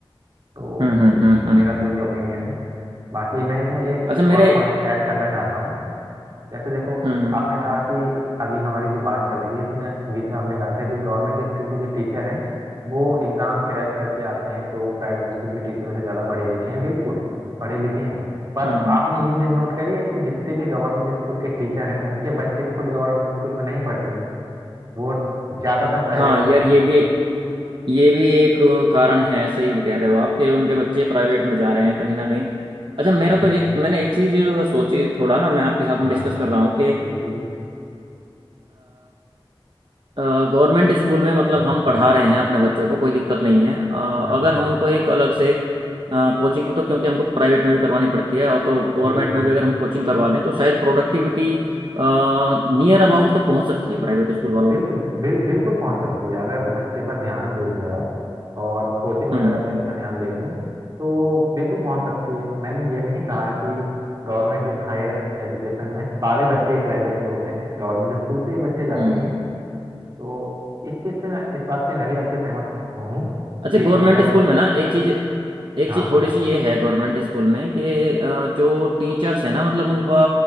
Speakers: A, on the right; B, on the right.
A: तो
B: हम्म हम्म हम्म हम्म
A: मेरा तो ये ओपिनियन है बाकी मैं इसमें एक
B: अच्छा मेरे
A: और पॉइंट ऐड करना चाहता हूँ जैसे देखो
B: हम्म हम्म
A: आपने कहा कि अभी हमारी जो बात चल रही है इसमें बीच में आपने कहा था कि गवर्नमेंट स्कूल के जो टीचर हैं वो एग्ज़ाम क्रैक करके आते हैं तो वो प्राइवेट स्कूल के टीचरों से ज़्यादा पढ़े लिखे हैं बिल्कुल पढ़े लिखे हैं पर
B: हम्म हम्म।
A: आपने ये चीज़ नोट करी है कि जितने भी गवर्नमेंट स्कूल के टीचर हैं उनके बच्चे खुद गवर्नमेंट स्कूल में नहीं पढ़ते हैं वो ज़्यादातर प्राइवेट
B: हाँ
A: में
B: यार
A: जा रहे
B: ये
A: हैं
B: भी ये भी एक कारण है सही कह रहे हो आप कि उनके बच्चे प्राइवेट में जा रहे हैं कहीं ना कहीं अच्छा मेरा
A: बिल,
B: तो एक मैंने एक चीज सोची थोड़ा ना मैं आपके साथ में
A: हाँ
B: डिस्कस कर रहा हूँ कि
A: बिल्कुल बिल्कुल
B: गवर्नमेंट स्कूल में मतलब
A: हाँ
B: हम पढ़ा रहे हैं अपने बच्चों को कोई दिक्कत नहीं है अ,
A: हाँ
B: अगर हम उनको एक अलग से कोचिंग तो क्योंकि हमको प्राइवेट में भी करवानी पड़ती है और तो गवर्नमेंट
A: बिल्कुल
B: में भी अगर हम कोचिंग करवा दें तो शायद प्रोडक्टिविटी नियर अबाउट तो पहुंच सकती है प्राइवेट स्कूल वालों
A: बिल्कुल
B: के
A: बि, बिल, बिल्कुल पहुंच सकती है अगर बच्चे पर ध्यान देंगे आप और कोचिंग वगैरह
B: हम्म
A: पे अच्छा ध्यान दे रहे हैं तो बिल्कुल पहुंच सकती है मैंने ये नहीं कहा कि गवर्नमेंट हायर एजुकेशन में सारे बच्चे ही प्राइवेट के होते हैं गवर्नमेंट स्कूल से ही बच्चे जाते
B: हम्म
A: हैं
B: हम्म।
A: तो इस चीज़ से मैं इस बात से मैं भी आपके सहमत क- हूँ
B: अच्छा
A: कि
B: गवर्नमेंट
A: अगर
B: स्कूल में ना एक चीज एक
A: हाँ
B: चीज थोड़ी सी ये है गवर्नमेंट स्कूल में कि अ, जो टीचर्स हैं ना मतलब उनका